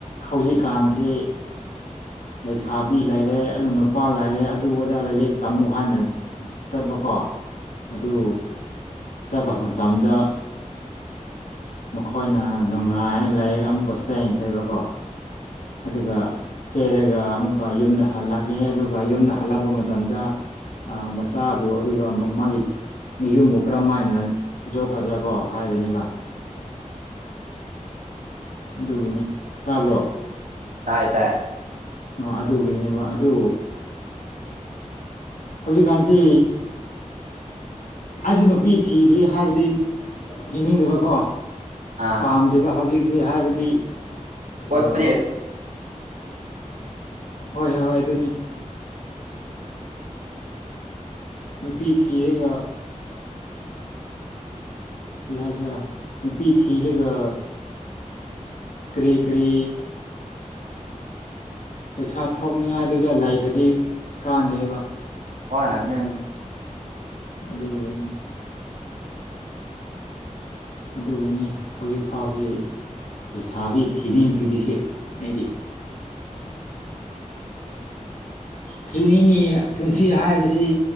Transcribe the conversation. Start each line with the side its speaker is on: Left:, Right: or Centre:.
Left: ꯍꯧꯖꯤꯛꯀꯥꯟꯖꯦ ꯂꯩꯁꯥꯕꯤ ꯂꯩꯔꯦ ꯑꯗꯨ ꯅꯨꯄꯥ ꯂꯩꯔꯦ ꯑꯗꯨ ꯑꯗꯗ ꯂꯥꯏꯔꯤꯛ ꯇꯝꯃꯨ ꯍꯥꯏꯅ ꯆꯠꯄꯀꯣ ꯑꯗꯨ ꯆꯠꯄ ꯃꯇꯝꯗ ꯃꯈꯣꯏꯅ ꯅꯨꯡꯉꯥꯏꯅ ꯂꯩꯔꯒ ꯑꯃꯨꯛꯀ ꯆꯦꯟꯒ꯭ꯔꯦꯕꯀꯣ ꯑꯗꯨꯒ ꯆꯦꯜꯔꯒ ꯑꯃꯨꯛꯀ ꯌꯨꯝꯗ ꯍꯜꯂꯛꯑꯦ ꯑꯗꯨꯒ ꯌꯨꯝꯗ ꯍꯜꯂꯛꯄ ꯃꯇꯝꯗ ꯑꯥ ꯃꯆꯥꯕꯨ ꯑꯗꯨꯒ ꯃꯥ ꯃꯥꯒꯤ ꯃꯌꯨꯝꯕꯨ ꯀꯔꯝ ꯃꯥꯏꯅ ꯌꯣꯛꯀꯗ꯭ꯔꯥ ꯀꯣ ꯍꯥꯏꯕꯅꯤꯕ ꯑꯗꯨꯒꯤꯅꯤ ꯇꯥꯕ꯭ꯔꯣ
Right: ꯇꯥꯏ ꯇꯥꯏ
Left: ꯑꯥ ꯑꯗꯨꯒꯤꯅꯦꯕ ꯑꯗꯨ ꯍꯧꯖꯤꯛꯀꯥꯟꯁꯤ ꯑꯩꯁꯨ ꯅꯨꯄꯤ ꯊꯤꯗ꯭ꯔꯤ ꯍꯥꯏꯕꯗꯤ ꯊꯤꯅꯤꯡꯗꯕꯀꯣ
Right: ꯑꯥ
Left: ꯄꯥꯝꯗꯦꯕ ꯍꯧꯖꯤꯛꯁꯤ ꯍꯥꯏꯕꯗꯤ
Right: ꯀꯣꯏꯕꯗꯤ
Left: ꯑꯥ ꯍꯣꯏ ꯍꯣꯏ ꯍꯣꯏ ꯑꯗꯨꯅꯤ ꯅꯨꯄꯤ ꯊꯤꯔꯒ ꯀꯔꯤ ꯍꯥꯏꯁꯤꯔ ꯅꯨꯄꯤ ꯊꯤꯔꯒ ꯀꯔꯤ ꯀꯔꯤ ꯄꯩꯁꯥ ꯊꯣꯛꯅꯤꯡꯉꯥꯏꯗꯨꯗ ꯂꯩꯇ꯭ꯔꯗꯤ ꯀꯥꯟꯗꯦꯕ
Right: ꯋꯥꯅꯕꯅꯦ
Left: ꯑꯗꯨꯒꯤꯅꯤ ꯑꯗꯨꯒꯤꯅꯤ ꯍꯧꯖꯤꯛꯐꯥꯎꯁꯤ ꯂꯩꯁꯥꯕꯤ ꯊꯤꯅꯤꯡꯗ꯭ꯔꯤꯗꯤꯁꯦ ꯑꯩꯗꯤ ꯊꯤꯅꯤꯡꯉꯤ ꯄꯨꯟꯁꯤ ꯍꯥꯏꯕꯁꯤ